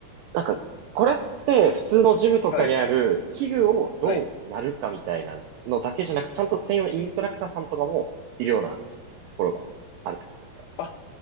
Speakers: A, on the right; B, on the left.
A: なんか、これって普通のジムとかにある器具をどうやるかみたいなのだけじゃなく、
B: はい、はい。
A: ちゃんと専用のインストラクターさんとかもいるようなところがあるって感じですか
B: あ、